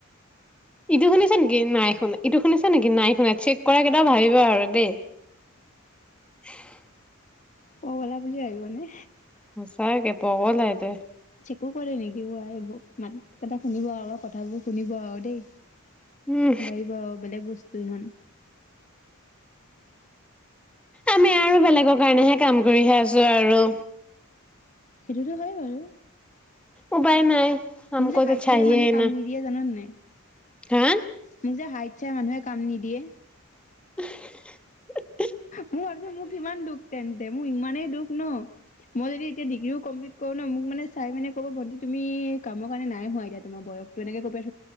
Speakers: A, in the centre; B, on the left.
A: ইটো শুনিছে নেকি নাই শুনা ইটো শুনিছ নেকি নাই শুনা চেক কৰা কেইটাও ভাবিবা আৰু দেই উ <unintelligible>
B: ক গ'লা বুলি ভাবিব নে
A: সচাগে ব লাইতে
B: চিকো কৰে নেকি ব এইবোৰ মান এটা শুনিব আৰু কথাবোৰ শুনিব আৰু দেই
A: উম
B: বাৰিব বেলেগ বস্তু হ
A: আমি আৰু বেলেগৰ কাৰণেহে কাম কৰিহে আছো আৰু
B: সেইটোতো হয় বাৰু
A: উভাই নাই হামক
B: মোক যে হাইট
A: তো চাহিয়ে
B: চাই মানুহে কাম
A: না
B: নিদিয়ে জানান নাই
A: হা
B: মোক যে হাই আচছাই মানুহে কাম নিদিয়ে
A: এই এশ হে
B: মই ভাবিছো মোক ইমান দুখ তেন্তে মোৰ ইমান দুখ ন মই যদি এতিয়া ডিগ্ৰীও কমপ্লিট কৰো ন মোকানে চাই মানে ক'ব ভন্টি তুমি কামৰ কাৰণে নাই হোৱা এতিয়া তোমাৰ বয়সতো এনেকে ক